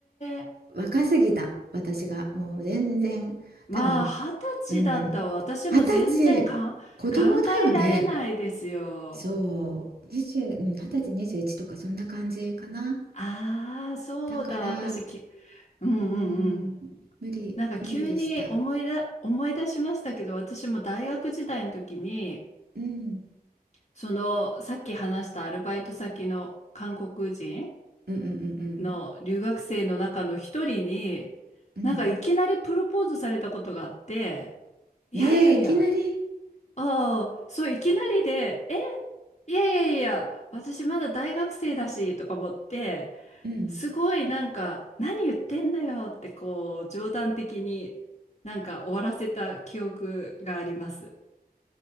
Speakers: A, on the left; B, on the right.
A: え。
B: 若すぎた私がもう全然多分
A: まあ、二十歳だったわ私も全然かん
B: うん二十歳子供だよね
A: 考えられないですよ。
B: そう、20、うん20歳、2とかそんな感じかな。
A: ああ、そうだ、
B: だから、
A: 私き、うんうんうん。
B: うん、無理、
A: なんか急に思いだ、
B: 無理でした。
A: 思い出しましたけど、私も大学時代の時に、
B: うん、
A: そのさっき話したアルバイト先の韓国人
B: うんうんうんうん。
A: の留学生の中の一人になんかいきなりプロポーズされたことがあって
B: うん
A: いやいやいや
B: ねえ、いきなり。
A: ああそういきなりでえいやいやいや私まだ大学生だしとか思って
B: うん、
A: すごいなんか何言ってんだよってこう冗談的になんか終わらせた記憶があります。